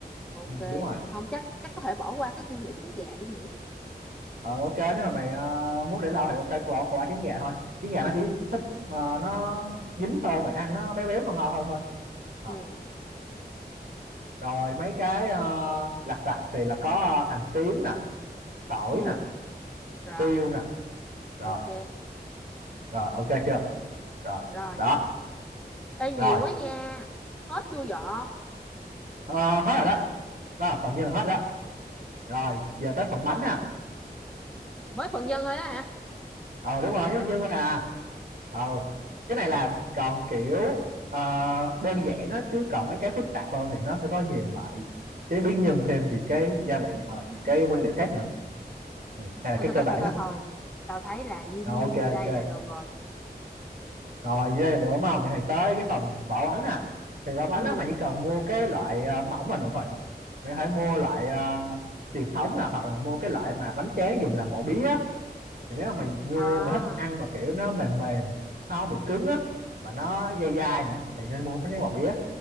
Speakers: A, in the centre; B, on the right.
A: ok
B: ừ, đúng rồi
A: không chắc chắc có thể bỏ qua cái nguyên liệu trứng gà đi nhỉ
B: ờ, ok nếu mà mày ờ, muốn để lâu thì ok cô bỏ cô bỏ trứng gà thôi trứng gà nó chỉ thích ờ, nó dính hơn rồi ăn nó béo béo ngon ngon hơn thôi Ờ,
A: ừ
B: rồi mấy cái ờ, lặt vặt thì là có ờ, hành tím nè tỏi
A: ừ
B: nè
A: rồi
B: tiêu nè rồi
A: ok
B: rồi ok chưa rồi
A: rồi
B: đó
A: ê nhiều
B: rồi
A: quá nha hết chưa vợ
B: Ờ, hết rồi đó đó là phần nhân hết đó rồi giờ tới phần bánh nè
A: mới phần nhân thôi đó hả
B: ờ đúng
A: oh
B: rồi
A: my
B: với
A: god
B: nhân thôi à ờ cái này là còn kiểu ờ, đơn giản á chứ còn mấy cái phức tạp hơn thì nó sẽ có nhiều loại chế biến nhân thêm nhiều cái gia vị hoặc là nhiều cái nguyên liệu khác nữa ừ. này là
A: thôi
B: cái
A: thôi
B: cơ
A: thôi
B: bản
A: thôi thôi
B: á
A: thôi tao thấy là nhiêu
B: rồi
A: nhiêu
B: ok
A: nhiêu
B: ok
A: đây là được rồi
B: rồi đây là được đúng không thì tới cái phần vỏ bánh nè thì vỏ bánh
A: ừ
B: á mà chỉ cần mua cái loại ờ, mỏng là được rồi Mày hãy mua loại ờ, truyền thống nè hoặc là mua cái loại mà bánh tráng dùng làm mổ bía á thì nếu mà mình mua
A: à
B: mà thích ăn mà kiểu nó mềm mềm nó không bị cứng á mà nó dai dai nữa thì nên mua bánh tráng bò bía